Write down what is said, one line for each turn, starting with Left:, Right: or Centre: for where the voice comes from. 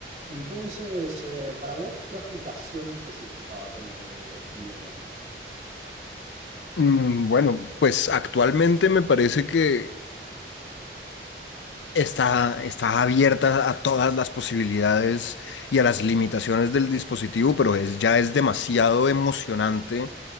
Right: Entonces, eh, para vos, ¿qué aplicación específica va a tener el, el Neuralink?
Left: Mm, Bueno, pues actualmente me parece que está, está abierta a todas las posibilidades y a las limitaciones del dispositivo, pero es, ya es demasiado emocionante